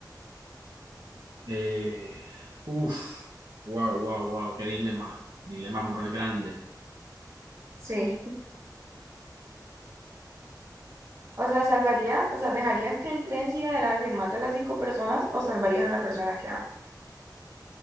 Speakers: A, on the right; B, on the right.
A: Eh, uf, wow, wow, wow, qué dilema. Dilema moral grande.
B: Sí. O sea, ¿salvarías? O sea, ¿dejarías que el tren siga de largo y mate a las cinco personas o salvarías a la persona que amas?